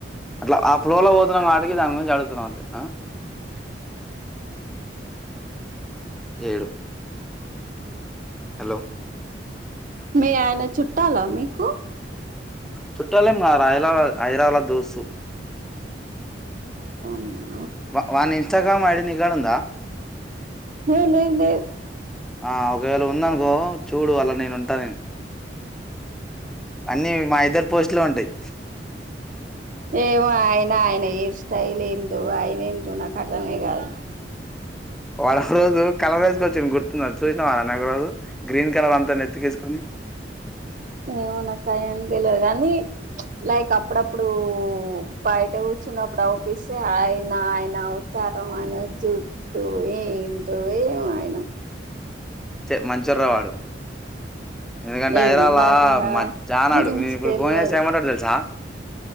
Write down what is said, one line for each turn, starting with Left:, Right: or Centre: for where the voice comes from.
Centre: అట్లా ఆ ఫ్లోర్ లో పోతున్నా వాటికి దాని గురించి అడుగుతున్నాం అంతే ఆ ఏడు హలో
Right: మీ ఆయన చుట్టాలా మీకు
Centre: చుట్టలేం కాదు రా హైదలబాద్ హైదరాబాద్ ల దోస్తు
Right: ఓ అమ్మా
Centre: వా వాన్ ఇన్స్టాగ్రామ్ ఐ డి నీ గాడ ఉందా
Right: ఏ లే లే
Centre: ఆ ఒకవేళ ఉందనుకో చూడు అలా నేను ఉంటా నేన్.
Right: అవునా
Centre: అన్నీ మా ఇద్దర్ పోస్ట్ లే ఉంటాయి
Right: ఏమో ఆయన, ఆయన హయిర్ స్టైల్ ఏందో, ఆయన ఏందో నాకు అర్థమే కాదు.
Centre: వాడ్ ఒకరోజు కలర్ రైజస్కి వచ్చున్ గుర్తున్నా, చూసినావ అన ఒకరోజు గ్రీన్. కలర్ అంతా నెత్తికేసుకొని
Right: ఏమో నాకు అయ్యని తెల్వదు కాని లైక్ అప్పుడప్పుడు బయట కూర్చున్నప్పుడు అపిస్తే ఆయన ఆయన అవతారం ఆయన జుట్టు ఏంట ఏం ఆయన
Centre: చ మంచోడు రావడు ఎందుకంటే
Right: ఏమో
Centre: హైదరాబాద్ల
Right: మనకు ఆ
Centre: మధ్యహనాడు
Right: గురించి
Centre: నేను ఇప్పుడు
Right: తెల్వదు
Centre: ఫోన్ చేసి ఏమంటాడు తెలుసా